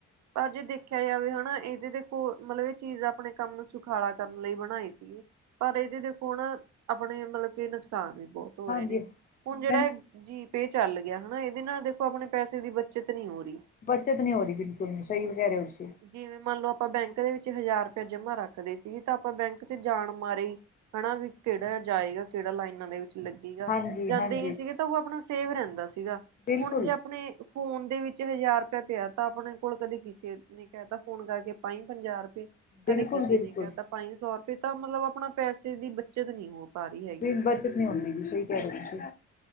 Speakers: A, on the right; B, on the left.
A: ਪਰ ਜੇ ਦੇਖਿਆ ਜਾਵੇ ਹਨਾ, ਇਹਦੇ ਦੇ ਕੋ ਮਤਲਬ ਏ ਚੀਜ਼ ਆਪਣੇ ਕੰਮ ਨੂੰ ਸੁਖਾਲਾ ਕਰਨ ਲਈ ਬਣਾਏ ਸੀ। ਪਰ ਏਦੇ ਦੇਖੋ ਨਾ, ਆਪਣੇ ਮਤਲਬ ਕਿ ਨੁਕਸਾਨ ਵੀ ਬੋਤ ਹੋ
B: ਹਾਂਜੀ
A: ਰਹੇ ਨੇ ਹੁਣ ਜੇੜਾ
B: ਮ
A: ਏ ਜੀ ਪੇ ਚੱਲ ਗੇਆ ਹਨਾ, ਏਦੇ ਨਾਲ ਦੇਖੋ ਆਪਣੇ ਪੈਸੇ ਦੀ ਬੱਚਤ ਨਈ ਹੋ ਰਈ।
B: ਬੱਚਤ ਨਈ ਹੋ ਰਈ ਬਿਲਕੁਲ ਵੀ, ਸਹੀ ਕੈ ਰਹੇ ਓ ਤੁਸੀ।
A: ਜਿਵੇਂ ਮੰਨ ਲਓ ਆਪਾਂ ਬੈਂਕ ਦੇ ਵਿੱਚ ਹਜ਼ਾਰ ਰੁਪਇਆ ਜਮਾ ਰੱਖਦੇ ਸੀ, ਤਾਂ ਆਪਾਂ ਬੈਂਕ ਚ ਜਾਣ ਮਾਰੇ ਹਨਾ ਵੀ ਕੇਹੜਾ ਜਾਏਗਾ, ਕੇਹੜਾ ਲਾਈਨਾਂ ਦੇ ਵਿੱਚ ਲੱਗੇਗਾ,
B: ਹਾਂਜੀ
A: ਜਾਂਦੇ
B: ਹਾਂਜੀ
A: ਨੀ ਸੀਗੇ ਤਾਂ ਉਹ ਆਪਣਾ ਸੇਫ ਰੇਂਦਾ ਸੀਗਾ
B: ਬਿਲਕੁਲ
A: ਹੁਣ ਜੇ ਆਪਣੇ ਫੋਨ ਦੇ ਵਿੱਚ ਹਜ਼ਾਰ ਰੁਪਇਆ ਪਿਆ ਤਾਂ ਆਪਣੇ ਕੋਲ ਕਦੇ ਕਿਸੇ ਨੇ ਕੈਤਾ ਫੋਨ ਕਰਕੇ ਪਾਈ ਪੰਜਾਹ ਰੁਪਏ, ਕਦੇ
B: ਬਿਲਕੁਲ
A: ਕਿਸੇ
B: ਬਿਲਕੁਲ
A: ਨੇ ਕੈਤਾ ਪਾਈ ਸੌ ਰੁਪਏ, ਤਾਂ ਮਤਲਬ ਆਪਣਾ ਪੈਸੇ ਦੀ ਬੱਚਤ ਨੀ ਹੋ ਪਾ ਰਹੀ ਹੈਗੀ
B: ਬ ਬੱਚਤ ਨੀ ਹੁੰਦੀ ਵੀ, ਸਹੀ ਕਹਿ ਰਹੇ ਤੁਸੀਂ